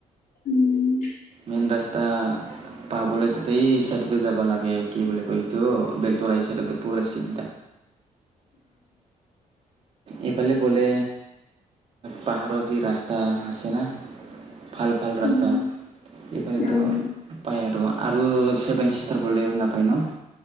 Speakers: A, on the left; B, on the right.
A: উম
B: মন ৰাস্তা পাবলৈ তাতেই চাইডতে যাবা লাগে কি বুলি কয় এইটো বেলতৰা এই চাইডতে পুৰা চি
A: <inaudible>
B: এইফালে বলে পাহাৰৰ যি ৰাস্তা আছে না ভাল ভাল ৰাস্তা
A: উম,
B: এইফালেটো
A: উম।
B: পায় আৰু আৰু ছেভেন চিষ্টাৰ বলে শুনা পায় ন